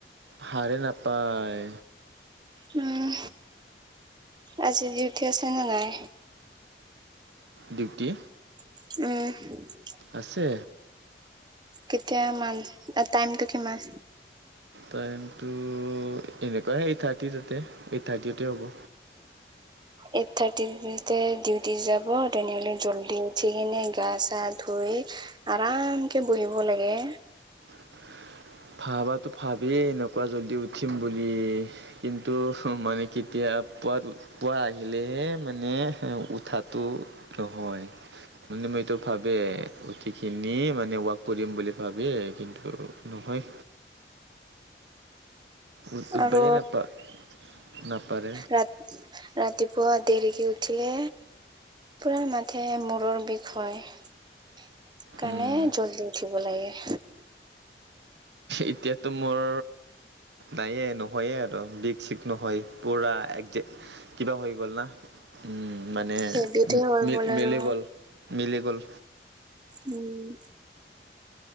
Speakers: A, on the right; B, on the right.
A: হাৰে নাপায়।
B: উম, আজি উঠি আছে নে নাই?
A: ডিউটি?
B: উম!
A: আছে।
B: কেতিয়া মান, টাইমটো কিমান?
A: টাইমটো এনেকুৱাই, এইট থাৰ্টি তাতে, এইট থাৰ্টিতে হ'ব।
B: এইট থাৰ্টিতে ডিউটি যাব। তেনেহ'লে জল্দি উঠি কিনে গা চা ধুই। আৰামকে বহিব লাগে।
A: <unintelligible> ভাবাতো, ভাবিয়ে এনেকুৱা জল্দি উঠিম বুলি। কিন্তু মানে কেতিয়া পুৱা, পুৱা আহিলেহে মানে উঠাটো নহয়। মানে, মই এইটো ভাবে, উঠি কিনি মানে ৱাক কৰিম বুলি ভাবে। কিন্তু নহয়। উঠবায়ে
B: আৰু
A: নাপা নাপাৰে
B: ৰাত ৰাতিপুৱা দেৰিকি উঠিলে পুৰা মাথে মূৰৰ বিষ হয়। সেইকাৰণে,
A: উম,
B: জল্দি উঠিব লাগে।
A: এতিয়াতো মোৰ নাইয়ে, নহয়ে আৰু বিষ। চিষ নহয়। পুৰা এক, কিবা হৈ গ'ল না। উম। মানে
B: হেবিতে হৈ
A: মিলি
B: গ'ল আৰু
A: মিলি গ'ল, মিলি গ'ল।
B: উম।